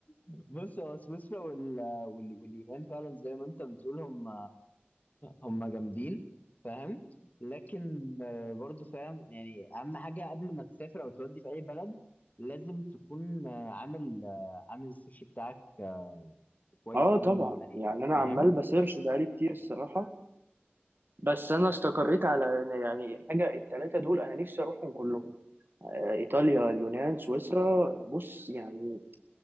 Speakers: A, on the left (about 40°); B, on the right (about 55°).
A: بص هو سويسرا وال... وال... واليونان فعلا زي ما انت بتقول هم هم جامدين فاهم لكن آه، برضو فاهم يعني اهم حاجه قبل ما تسافر او تودي في اي بلد لازم تكون آه، عامل آه، عامل السيرش بتاعك آه، كويس
B: اه
A: قوي
B: طبعا
A: عليها
B: يعني انا
A: فاهم
B: عمال بسيرش بقالي كتير الصراحه بس انا استقريت على يعني حاجه التلاته دول انا نفسي اروحهم كلهم آه، ايطاليا اليونان سويسرا بص يعني